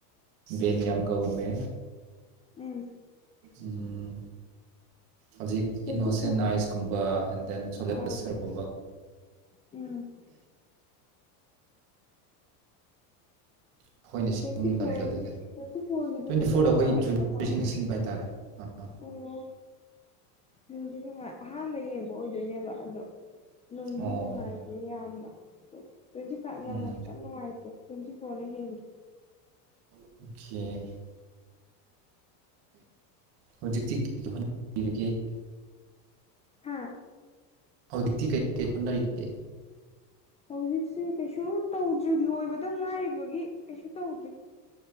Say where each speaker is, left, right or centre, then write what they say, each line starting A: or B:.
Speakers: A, on the right; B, on the left.
A: ꯕꯦꯟ ꯌꯥꯝ ꯀꯧꯔꯝꯃꯦ
B: ꯎꯝ
A: ꯎꯝ ꯍꯧꯖꯤꯛ
B: ꯇ꯭ꯋꯦꯟꯇꯤ
A: ꯏꯅꯣꯁꯦꯟ
B: ꯐꯣꯔ
A: ꯑꯥꯏꯁꯀꯨꯝꯕ ꯑꯦꯟ ꯗꯦꯟ ꯁꯣꯂꯦꯔꯒꯨꯝꯕ
B: ꯑꯥ ꯎꯝ
A: ꯑꯩꯈꯣꯏꯅ ꯁꯤꯟꯕ
B: ꯇ꯭ꯋꯦꯟꯇꯤ
A: ꯃꯇꯝꯗ
B: ꯐꯣꯔ
A: ꯑꯗꯨꯅꯦ
B: ꯇ꯭ꯋꯦꯟꯇꯤ ꯐꯣꯔꯒꯤꯗꯨꯁꯨ
A: ꯇ꯭ꯋꯦꯟꯇꯤ
B: ꯑꯗꯨꯝ
A: ꯐꯣꯔꯗ
B: ꯅꯨꯡꯉꯥꯏꯈꯤꯕ
A: ꯑꯩꯈꯣꯏꯒꯤ ꯖꯨꯅꯤꯌꯔꯁꯤꯡꯅ
B: ꯃꯥꯜꯂꯦ
A: ꯁꯤꯟꯕ ꯍꯥꯏꯇꯥꯔꯦ ꯑꯥ
B: ꯑꯣ ꯅꯨꯡꯗꯤ ꯅꯨꯡꯉꯥꯏ ꯑꯍꯥꯟꯕ ꯌꯦꯡꯕ ꯑꯣꯏꯗꯣꯏꯅꯦꯕ ꯑꯗꯣ ꯅꯨꯡꯗꯤ
A: ꯑꯣ
B: ꯅꯨꯡꯉꯥꯏꯇꯦ ꯌꯥꯝꯅ ꯇꯨꯏꯟꯇꯤꯐꯥꯏ ꯅ
A: ꯎꯝ
B: ꯑꯃꯨꯛ ꯈꯤꯇꯪ ꯅꯨꯉꯥꯏꯇꯦ ꯇꯨꯏꯟꯇꯤꯐꯣꯔ ꯍꯦꯟꯒꯤ
A: ꯑꯣꯈꯦ <unintelligible>
B: ꯍꯥꯥ
A: ꯍꯧꯖꯤꯛꯇꯤ ꯀꯩ ꯀꯩ ꯍꯣꯠꯅꯔꯤꯒꯦ
B: ꯍꯧꯖꯤꯛꯁꯦ ꯀꯩꯁꯨ ꯇꯧꯗ꯭ꯔꯤ ꯂꯣꯏꯕꯗ ꯉꯥꯏꯔꯤꯕꯒꯤ ꯀꯩꯁꯨ ꯇꯧꯗ꯭ꯔꯤ